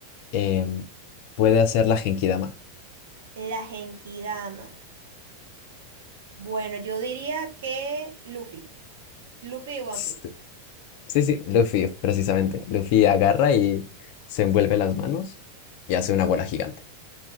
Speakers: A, on the left; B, on the right.
A: em, puede hacer la Genkidama.
B: La Genkidama. Bueno, yo diría que Luffy, Luffy de One
A: S-
B: Piece.
A: Sí, sí, Luffy, precisamente. Luffy agarra y se envuelve las manos y hace una bola gigante.